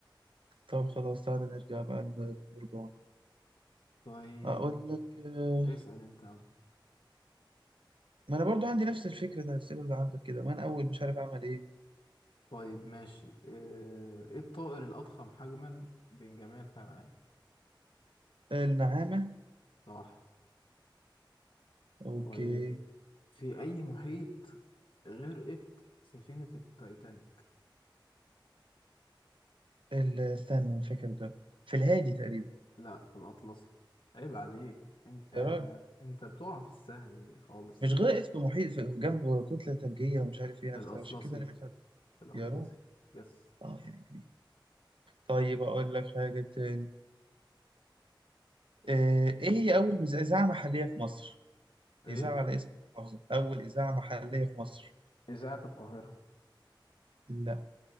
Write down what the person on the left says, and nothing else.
طيب
اسأل انت يلا
طيب ماشي آه، ايه الطائر الأضخم حجما بين جميع الحيوانات
صح
طيب في أي محيط غرقت سفينة التايتانيك
لا في الأطلسي عيب عليك انت
انت بتقع في السهل خالص
في
الأطلسي
في الأطلسي
يس
ايه
إذاعة القاهرة